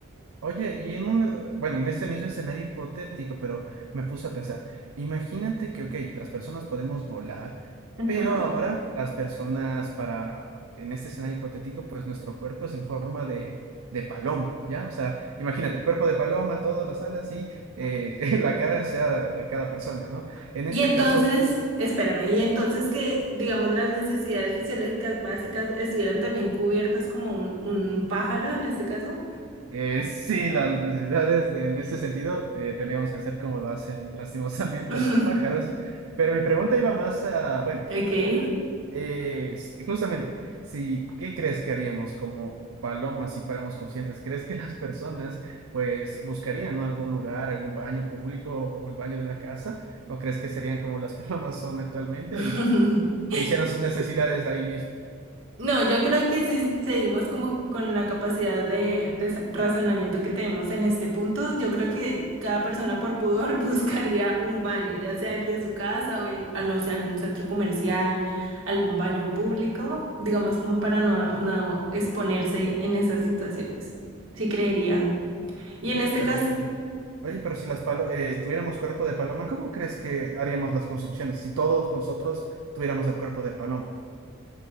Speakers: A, on the right; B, on the right.
A: Oye, y en un, bueno, en este mismo escenario hipotético, pero me puse a pensar, imagínate que, ok, las personas podemos volar,
B: Ajá.
A: pero ahora las personas para, en este escenario hipotético, pues nuestro cuerpo es en forma de, de paloma, ¿ya? O sea, imagínate, el cuerpo de paloma, todas las alas y eh, <laughs> la cara sea de cada persona, ¿no? En este
B: Y entonces,
A: caso,
B: espérame, y entonces que, digamos, las necesidades fisiológicas básicas estuvieran también cubiertas como un, un pájaro en este caso.
A: Eh, sí, las necesidades de- en ese sentido eh, tendríamos que hacer como lo hacen lastimosamente
B: <laughs>
A: <laughs> los pájaros, pero mi pregunta iba más a, bueno,
B: Ok.
A: una, eh, si- justamente, si, ¿qué crees que haríamos como palomas si fuéramos conscientes? ¿Crees que las personas pues buscarían, ¿no? algún lugar, algún baño público o el baño de la casa? ¿O crees que serían como las <laughs> palomas son actualmente
B: <laughs>
A: y, e hicieran sus necesidades ahí mismo?
B: No, yo creo que si seguimos como con la capacidad de, de sa- razonamiento que tenemos en este punto, yo creo que cada persona por pudor <laughs> buscaría un baño, ya sea el de su casa o el, ah, no sé, algún centro comercial, algún baño público, digamos como para no, no exponerse en esas situaciones. Sí creería. Y en
A: Oye,
B: este
A: pero
B: caso,
A: si, oye, pero si las palo- eh, tuviéramos cuerpo de paloma, ¿cómo crees que haríamos las construcciones si todos nosotros tuviéramos el cuerpo de paloma?